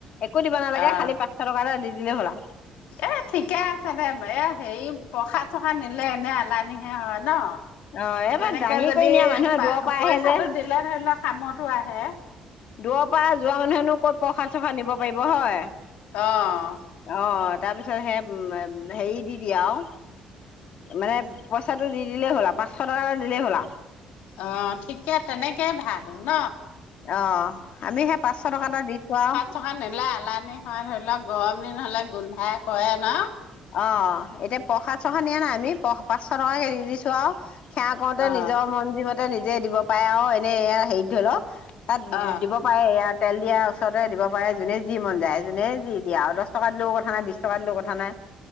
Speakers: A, on the left (about 60°); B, on the left (about 85°).
A: একো দিব নালাগে,
B: অ
A: খালি পাঁচশ টকা এটা দি দিলে হ'ল আ।
B: এ ঠিকে আছে দে। এ হেৰি প্ৰসাদ চসাদ নিলে এনে এলানিহে হয় ন।
A: অ এইবাৰ
B: তেনেকে
A: দাঙি
B: যদি
A: কৰি নিয়া মানুহে
B: পা
A: দূৰৰ পৰা
B: পইচাটো
A: আহে যে
B: দিলে ধৰি লোৱা কামতো আহে।
A: দূৰ পা যোৱা মানুহেনো ক'ত প্ৰসাদ চসাদ নিব পাৰিব হয়।
B: অ।
A: অ তাৰ পিছত সে হেৰি দি দিয়ে আৱ। মানে পইচাটো দি দিলেই হ'ল আ। পাঁচশ টকা এটা দিলেই হ'ল আ।
B: অ ঠিকে, তেনেকে ভাল ন।
A: অ আমি সেই পাঁচশ টকা এটা দিছো আৱ।
B: খন নিলে এলানি হয়। ধৰি লওক গৰম দিন হলে গোন্ধাই কৰে ন।
A: অ। এতিয়া প্ৰসাদ ছসাদ নিয়া নাই আমি। প পাঁচশ টকাকে দি দিছো আৱ। সেৱা কৰোতে
B: অ
A: নিজৰ মন জি মতে নিজে দিব পাৰে আৱ এনেই এ হেৰিত ধৰি ল। তাত
B: অ
A: দিব পাৰে ইয়াত। তেল দিয়া ওচৰতে দিব পাৰে। যোনে যি মন যায়, যোনে যি দিয়ে আৱ। দছ টকা দিলেও কথা নাই, বিছ টকা দিলেও কথা নাই।